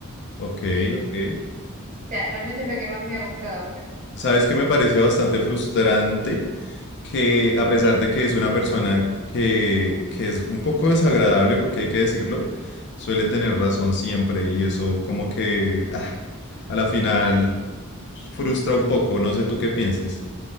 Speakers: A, on the left; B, on the right.
A: Ok,
B: y, o
A: ok.
B: sea, realmente es lo que más me ha gustado, pues.
A: ¿Sabes qué me parece bastante frustrante? Que
B: Sí.
A: a pesar de que es una persona que, que es un poco desagradable, porque hay que decirlo, suele tener razón siempre y eso como que ah, a la final frustra un poco. No sé tú qué pienses.